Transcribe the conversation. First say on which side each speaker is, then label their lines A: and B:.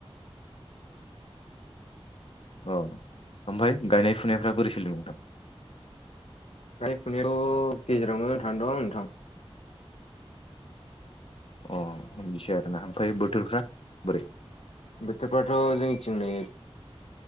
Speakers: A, on the left; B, on the left.
A: अ ओमफाय गायनाय फुनायफ्रा बोरै सोलिदों नोंथां?
B: गाय फुनायाथ' गेजेरावनो थां दं नोंथां।
A: अ होननोसै आरोना हामफायो बोथोरफ्रा बोरै?
B: बोथोरफ्राथ' जोंनिथिंनो